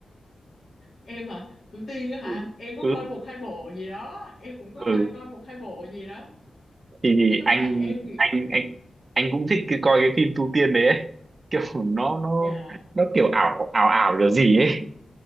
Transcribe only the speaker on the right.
Ừ.
Ừ.
Ừ.
thì, thì
anh
anh anh anh cũng thích cái, coi cái phim tu tiên đấy ấy. kiểu nó nó
nó kiểu ảo ảo ảo kiểu gì ấy